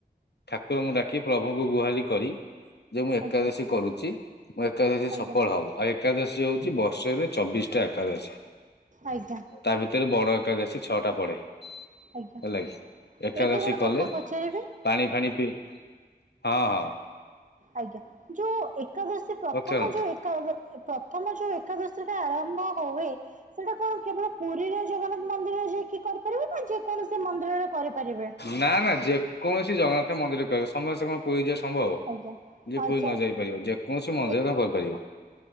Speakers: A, on the left; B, on the right.
A: ଠାକୁରଙ୍କୁ ଡାକି ପ୍ରଭୁଙ୍କୁ ଗୁହାରି କରି। ଯେ ମୁଁ ଏକାଦଶୀ
B: ଆଜ୍ଞା ଆଜ୍ଞା ଆଜ୍ଞା
A: କରୁଛି ମୁଁ ଏକାଦଶୀ
B: ଆଜ୍ଞା
A: ସଫଳ ହବ ଆଉ ଏକାଦଶୀ ହଉଛି ବର୍ଷରେ ଚବିଶଟା ଏକାଦଶୀ।
B: ଆଜ୍ଞା।
A: ତା ଭିତରେ ବଡ ଏକାଦଶୀ ଛଅଟା ପଡେ। ହେଲାକି
B: ଆଜ୍ଞା
A: ଏକାଦଶୀ
B: ଏଇଠି ଗୋଟେ
A: କଲେ
B: କଥା ପଚାରିବି
A: ପାଣି ଫାଣି ପିଇ ହଁ ହଁ।
B: ଆଜ୍ଞା ଯୋଉ ଏକାଦଶୀ ପ୍ରଥମ
A: ପଚାରନ୍ତୁ
B: ଯୋଉ ଏ କାଦଶ ଏ ପ୍ରଥମ ଯୋଉ ଏକାଦଶୀ ଟା ଆରମ୍ଭ ହୁଏ। ସେଇଟା କଣ କେବଳ ପୁରୀରେ ଜଗନ୍ନାଥ ମନ୍ଦିରରେ ଯାଇକି କରିପାରିବେ ନା ଯେ କୌଣସି ମନ୍ଦିରରେ କରିପାରିବେ?
A: ନା, ନା ଯେକୌଣସି ଜଗନ୍ନାଥ ମନ୍ଦିର ରେ କରିବ, ସମସ୍ତେ କଣ ପୁରୀ ଯିବା ସମ୍ଭବ,
B: ଆଜ୍ଞା
A: ଯିଏ
B: ଆଚ୍ଛା
A: ପୁରୀ ନ ଯାଇ ପାରିବ ଯେକୌଣସି ମନ୍ଦିରରେ
B: ଏକ-
A: ତୋମେ କରିପାରିବ।